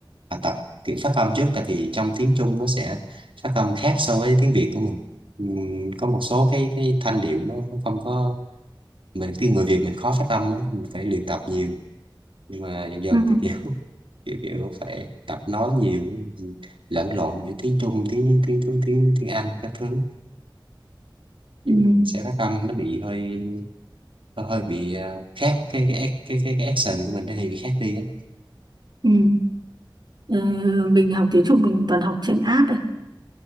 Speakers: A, on the right; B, on the right.
A: à, tập kiểu phát âm trước tại vì trong tiếng Trung nó sẽ phát âm khác so với tiếng Việt của mình Ừm, có một số cái cái thanh điệu nó không có mình khi người Việt mình khó phát âm lắm mình phải luyện tập nhiều nhưng mà dần dần
B: ừ,
A: thì kiểu <laughs> kiểu kiểu phải tập nói nhiều lẫn lộn giữa tiếng Trung tiếng tiếng tiếng tiếng tiếng Anh các thứ
B: ừ,
A: Ví dụ mình sẽ phát âm nó bị hơi hơi bị à, khác cái cái cái cái, cái action của mình nó thì bị khác đi á
B: ừ. Ờ, mình học tiếng Trung mình toàn học trên app ấy